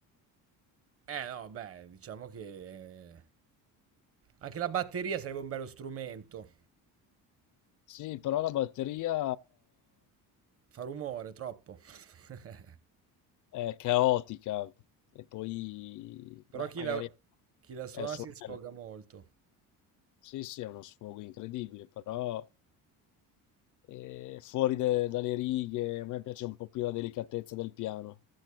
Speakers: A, on the right; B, on the left.
A: Eh no, beh, diciamo che eh, anche la batteria sarebbe un bello strumento.
B: Sì, però la batteria
A: Fa rumore, troppo. <laughs>
B: è caotica e poi, beh,
A: Però chi
B: magari
A: la, chi la suona
B: è il suo
A: si sfoga
B: bello.
A: molto.
B: Sì, sì, è uno sfogo incredibile, però eh, fuori de- dalle righe, a me piace un po' più la delicatezza del piano.